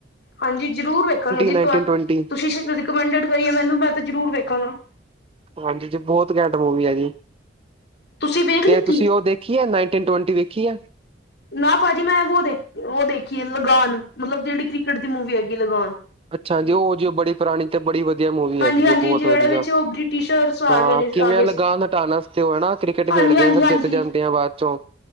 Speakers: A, on the left; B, on the right.
A: ਹਾਂਜੀ, ਜ਼ਰੂਰ ਵੇਖਾਂਗੇ
B: ਨਾਈਨਟੀਨ
A: ਜੀ ਤੋਆ
B: ਟਵੰਟੀ
A: ਤੁਸੀਂ ਸ ਰਿਕਮੈਂਡਡ ਕਰੀ ਆ ਮੈਨੂੰ ਮੈਂ ਤੇ ਜ਼ਰੂਰ ਵੇਖਾਂਗਾ।
B: ਹਾਂਜੀ ਜੀ ਬੋਤ ਕੈੰਟ ਮੂਵੀ ਆ ਜੀ,
A: ਤੁਸੀਂ ਵੇਖ
B: ਤੇ
A: ਲਿੱਤੀ
B: ਤੁਸੀਂ ਓ ਦੇ ਕਿਯਾਰ ਨਾਈਨਟੀਨ ਟਵਟੀ ਵੇਖੀ ਆ
A: ਨਾ ਭਾਜੀ ਮੈਂ ਵੋ ਦੇਖ ਓ ਦੇਖੀ ਏ ਲਗਾਨ ਮਤਲਬ ਜਿੜੀ ਕ੍ਰਿਕਟ ਦੀ ਮੂਵੀ ਹੈਗੀ ਲਗਾਨ।
B: ਅੱਛਾ, ਹਾਂਜੀ, ਉਹ ਜੋ ਬੜੇ ਪੁਰਾਣੀ ਤੇ ਬੜੀ ਵਧੀਆ ਮੂਵੀ
A: ਹਾਂਜੀ
B: ਹੈਜੀ,
A: ਹਾਂਜੀ
B: ਉਹ ਬਹੁਤ
A: ਜਿਹੜੇ
B: ਵਧੀਆ,
A: ਵਿੱਚ ਉਹ ਬ੍ਰਿਟਿਸ਼ਰਸ ਆ
B: ਹਾਂ
A: ਗਏ ਨੇ
B: ਕਿਵੇਂ
A: ਆ ਗਏ
B: ਲਗਾਨ
A: ਸੀ
B: ਹਟਾਨਾ ਤੇ ਓ ਐਨਾ ਕ੍ਰਿਕਟ
A: ਹਾਂਜੀ
B: ਖੇਡਦੇ
A: ਹਾਂਜੀ
B: ਆਂ, ਫਿਰ
A: ਹਾਂਜੀ
B: ਜਿੱਤ ਜਾਂਦੇ ਆ ਬਾਅ'ਚੋਂ